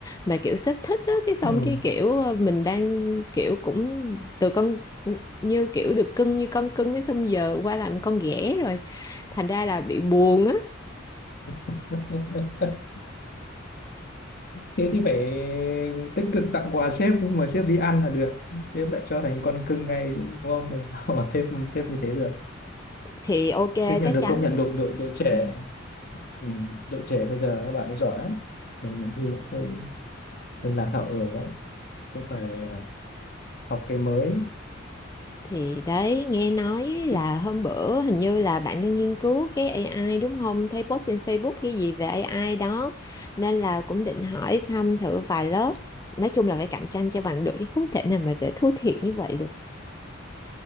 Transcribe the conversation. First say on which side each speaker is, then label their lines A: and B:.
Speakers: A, on the left; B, on the left.
A: Mà kiểu sếp thích á, cái xong
B: ừ.
A: cái kiểu ờ, mình đang kiểu cũng từ con như kiểu được cưng như con cưng ấy xong giờ qua làm con ghẻ rồi. Thành ra là bị buồn á
B: <laughs> Thế thì phải tích cực tặng quà sếp, mời mà sếp đi ăn là được, sếp lại cho thành con cưng ngay, đúng không? Làm sao mà sếp, sếp như thế được?
A: thì ok
B: Thế nhận
A: chắc
B: được
A: chắn
B: công nhận đội đội đội trẻ,
A: ừ.
B: ừ, đội trẻ bây giờ các bạn ấy giỏi lắm. Mình nhiều khi lại hơi hơi lạc hậu ở đấy, cũng phải học cái mới
A: thì đấy nghe nói ấy là
B: thích
A: hôm bữa hình như là bạn đang nghiên cứu cái AI đúng không thấy post trên Facebook cái gì về AI đó nên là cũng định hỏi thăm thử vài lớp nói chung là phải cạnh tranh cho bằng được chứ không thể nào mà để thua thiệt như vậy được